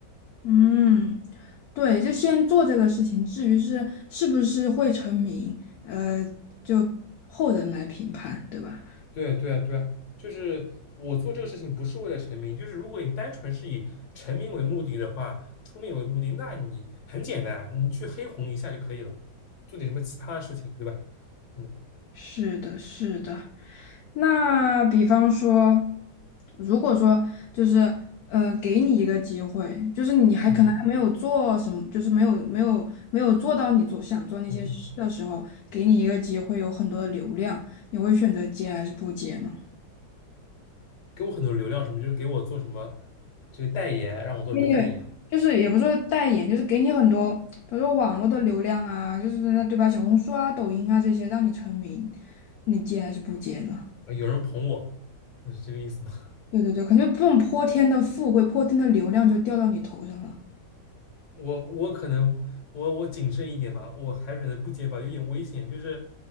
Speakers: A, on the left; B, on the left.
A: 嗯，对，就先做这个事情，至于是是不是会成名，呃，就后人来评判，对吧？
B: 对对啊对啊，就是我做这个事情不是为了成名，就是如果你单纯是以成名为目的的话，出名为目的，那你很简单，你去黑红一下就可以了，做点什么奇葩的事情，对吧？嗯
A: 是的，是的。那比方说，如果说就是，呃，给你一个机会，就是你还可能还没有做什么，
B: 嗯
A: 就是没有没有没有做到你做想做那些事的时候，
B: 嗯嗯，
A: 给你一个机会，有很多的流量，你会选择接还是不接呢？
B: 给我很多流量什么，就是给我做什么这个代言，让我做什么代言，
A: 给你就是也不是说代言，就是给你很多，比如说网络的流量啊，就是对吧？小红书啊、抖音啊这些，让你成名，你接还是不接呢？
B: 啊，有人捧我，嗯，是这个意思吗？
A: 对对对，感觉这种泼天的富贵、泼天的流量就掉到你头上了。
B: 我我可能我我谨慎一点吧，我还选择不接吧，有点危险。就是